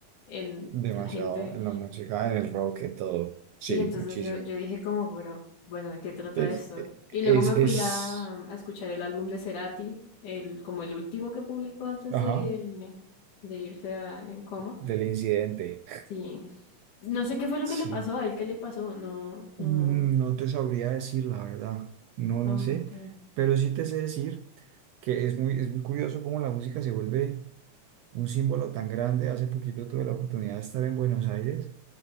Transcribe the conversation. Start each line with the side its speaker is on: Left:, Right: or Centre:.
Left: en
Right: Demasiado
Left: la gente
Right: en la música, en el rock, en todo.
Left: Sí,
Right: Sí,
Left: entonces
Right: muchísimo.
Left: yo, yo dije como, bueno, bueno, ¿de qué trata
Right: Es,
Left: esto? Y luego
Right: es,
Left: me fui
Right: es,
Left: a, a escuchar el álbum de Cerati, el, como el último que publicó antes
Right: ajá,
Left: de, de irse a- en coma.
Right: del incidente.
Left: Sí. No sé qué fue lo
Right: Sí.
Left: que le pasó, a él qué le pasó, no, no.
Right: Mm, No te sabría decir la verdad. No,
Left: Ah,
Right: no sé.
Left: ok.
Right: Pero sí te sé decir que es muy, es muy curioso cómo la música se vuelve un símbolo tan grande. Hace poquito tuve la oportunidad de estar en Buenos Aires